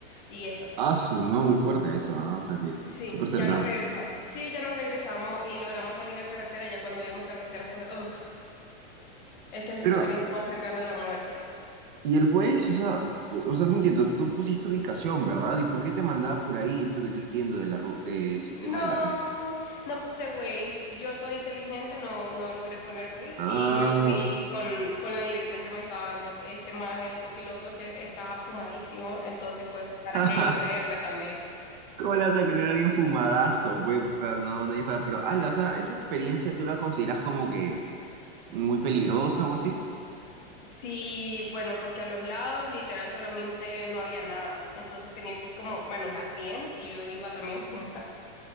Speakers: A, on the left (about 45°); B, on the right (about 50°).
A: y eso.
B: Ah, no, muy fuerte eso, ah, O sea, que
A: Sí,
B: súper cercano.
A: ya nos regresamos. Sí, ya nos regresamos y logramos salir a carretera. Ya cuando vimos carretera fue, "Ugh, esta es la
B: Pero,
A: experiencia más cercana a la muerte.
B: ¿y el güey? O sea, o sea, no entiendo, tú pusiste ubicación, ¿verdad? ¿Y por qué te mandaba por ahí? Es lo que no entiendo de, la, ru- de ese tema
A: No,
B: de la ruta.
A: no puse Waze. Yo toda inteligente no, no logré poner Waze
B: Ah,
A: y me fui con, con la dirección que me estaba dando este maje de copiloto que estaba fumadísimo. Entonces, pues, ¿para
B: <laughs> jaja,
A: qué yo creerle también?
B: ¿cómo le vas a creer a alguien fumadazo? Pues, o sea, no, no hay fa- Pero, ala, o sea, ¿esa experiencia tú la consideras como que muy peligrosa o así?
A: Sí, bueno, porque a los lados literal solamente no había nada. Entonces tenía que como manejar bien y yo iba también <laughs> fumada.